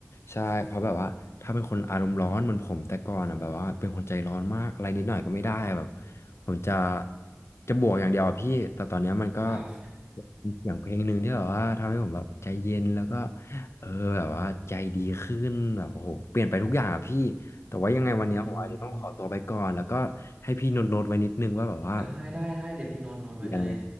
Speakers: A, on the left; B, on the right.
A: ใช่เพราะแบบว่าถ้าเป็นคนอารมณ์ร้อนเหมือนผมแต่ก่อนอ่ะแบบว่าเป็นคนใจร้อนมาก อะไรนิดหน่อยก็ไม่ได้แบบผมจะจะบวกอย่างเดียวอะพี่ แต่ตอนเนี้ยมันก็
B: ครับ
A: มีเสียงเพลงหนึ่งที่แบบว่าทำให้ผมแบบใจเย็นแล้วก็เออแบบว่าใจดีขึ้นแบบโอ้โหเปลี่ยนไปทุกอย่างอ่ะพี่ แต่ว่ายังไงวันเนี้ยผมอาจจะต้องขอตัวไปก่อนแล้วก็ให้พี่โน้ตโน้ตไว้นิดนึงว่าแบบว่า
B: <laughs> อืมได้ ได้ ได้ เดี๋ยวพี่โน้ตโน้ตไว้เลย
A: เรียนเนี่ย